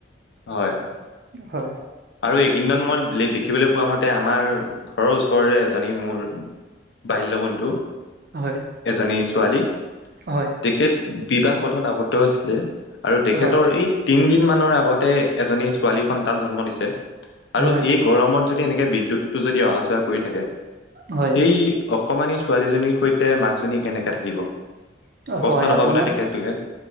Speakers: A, on the left; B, on the right.
A: হয়, হয়
B: হয়।
A: আৰু এইকেইদজন মই দেখিবলৈ পোৱা মতে আমাৰ ঘৰৰ ওচৰৰে এজনী মোৰ বাল্যবন্ধু
B: হয়
A: এজনী ছোৱালী
B: হয়
A: তেখেত বিবাহ পথত আৱদ্ধ হৈছিলে আৰু তেখেতৰ
B: হয়
A: এই তিন দিন মানৰ আগতে এজনী ছোৱালী সন্তান জন্ম দিছে আৰু
B: হয়
A: এই গৰমত যদি এনেকে বিদ্যুৎটো যদি অহা যোৱা কৰি থাকে
B: হয়
A: সেই অকমানি ছোৱালীজনীৰ সৈতে মাকজনী কেনেকে থাকিব কষ্ট
B: হয়
A: নাপাবনে
B: আপোনাৰ
A: তেখেতলোকে